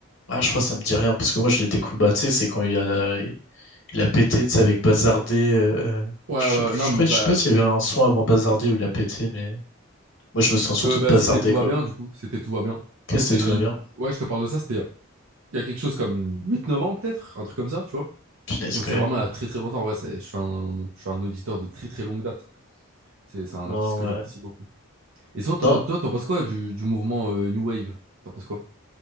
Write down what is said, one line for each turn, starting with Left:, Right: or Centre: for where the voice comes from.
Left: Ah, je crois que ça me dit rien, parce que moi, je l'ai découvert, bah, tu sais, c'est quand il a, il a pété, tu sais, avec Bazardé. euh, euh,
Right: Ouais,
Left: je
Right: ouais,
Left: sais,
Right: ouais.
Left: je
Right: non,
Left: crois,
Right: mais,
Left: je
Right: bah,
Left: sais pas s'il y avait un son avant Bazardé où il a pété, mais moi, je me souviens surtout
Right: euh, bah,
Left: de Bazardé,
Right: c'était Tout va
Left: quoi.
Right: bien du coup. C'était Tout va bien.
Left: Qu'est-ce
Right: Donc c'est
Left: que tout bien?
Right: ouais, je te parle de ça. C'était euh, il y a quelque chose comme huit, neuf ans peut-être, un truc comme ça, tu vois.
Left: Punaise,
Right: Donc
Left: quand
Right: c'est
Left: même.
Right: vraiment
Left: hein.
Right: il y a très très longtemps. Ouais, c'est- je suis un, je suis un auditeur de très très longue date. C'est c'est un
Left: Non,
Right: artiste que
Left: ouais.
Right: j'apprécie beaucoup. Et sinon, toi,
Left: Non,
Right: toi, t'en penses quoi du, du mouvement euh, New Wave? T'en penses quoi?